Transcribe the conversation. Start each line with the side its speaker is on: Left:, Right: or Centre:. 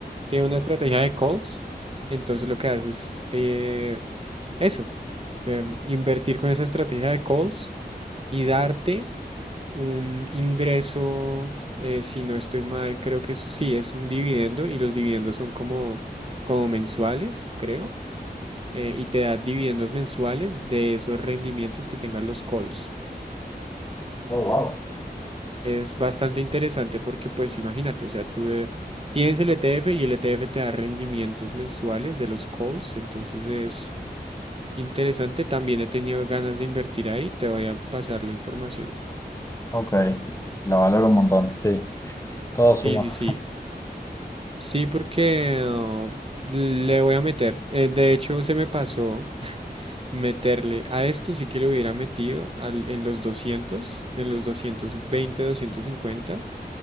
Right: Tiene una estrategia de calls, entonces lo que hace es eh, eso, em, invertir con esa estrategia de calls y darte un ingreso, eh, si no estoy mal, creo que es- sí, es un dividendo y los dividendos son como, como mensuales, creo, eh, y te da dividendos mensuales de esos rendimientos que tengan los calls.
Left: Oh, wow.
Right: Es bastante interesante porque, pues, imagínate, o sea, tú eh, tienes el ETF y el ETF te da rendimientos mensuales de los calls, entonces es interesante. También he tenido ganas de invertir ahí, te voy a pasar la información.
Left: Ok, la valoro un montón, sí, todo suma.
Right: Sí, sí, sí. Sí, porque ah, le voy a meter. Eh, de hecho, se me pasó <laughs> meterle a esto, sí que lo hubiera metido al- en los 200, en los doscientos veinte, doscientos cincuenta.